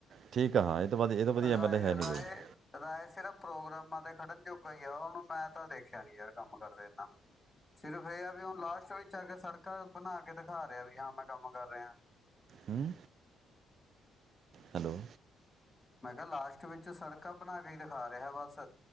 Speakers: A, on the right (about 60°); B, on the left (about 15°).
A: ਠੀਕ ਆ ਹਾਂ ਇਹ ਤੋਂ ਬਾਅਦ ਇਹ ਤੋਂ ਵਧੀਆ
B: ਰਾਏ
A: ਐਮਐਲਏ ਹੈ ਨਹੀਂ
B: ਰਾਏ
A: ਕੋਈ
B: ਰਾਏ ਸਿਰਫ ਪ੍ਰੋਗਰਾਮਾਂ ਦੇ ਖੜਨ ਜੋਗਾ ਈ ਆ ਉਹਨੂੰ ਮੈਂ ਤਾਂ ਦੇਖਿਆ ਨੀ ਯਾਰ ਕੰਮ ਕਰਦੇ ਏਨਾ ਸਿਰਫ ਇਹ ਆ ਵੀ ਹੁਣ ਲਾਸਟ ਵਿੱਚ ਆ ਕੇ ਸੜਕਾਂ ਬਣਾ ਕੇ ਦਿਖਾ ਰਿਹਾ ਵੀ ਹਾਂ ਮੈਂ ਕੰਮ ਕਰ ਰਿਹਾ
A: ਹਮ ਹੈਲੋ
B: ਮੈਂ ਕਿਹਾ ਲਾਸਟ ਵਿੱਚ ਸੜਕਾਂ ਬਣਾ ਕੇ ਈ ਦਿਖਾ ਰਿਹਾ ਬਸ